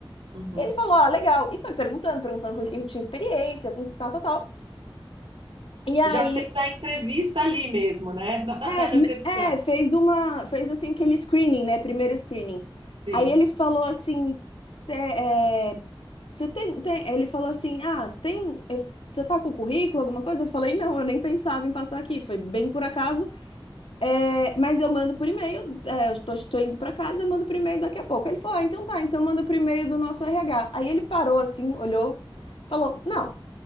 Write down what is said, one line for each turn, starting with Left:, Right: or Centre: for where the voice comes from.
Right: uhum.
Left: E ele falou: Ah, legal. E foi perguntando, perguntando com o que eu tinha experiência, com tal, tal, tal. E aí,
Right: Já fez a entrevista ali mesmo, né? <laughs> Na,
Left: é,
Right: na recepção.
Left: me- é, fez uma, fez assim aquele screening, né? Primeiro screening.
Right: Sim.
Left: Aí ele falou assim, cê, é, cê tem, tem, ele falou assim, ah, tem, você tá com o currículo, alguma coisa? Eu falei, não, eu nem pensava em passar aqui, foi bem por acaso, é, mas eu mando por e-mail, é, eu tô, tô indo pra casa, eu mando por e-mail daqui a pouco. Ele falou, ah, então tá, então manda por e-mail do nosso RH. Aí ele parou assim, olhou, falou, não,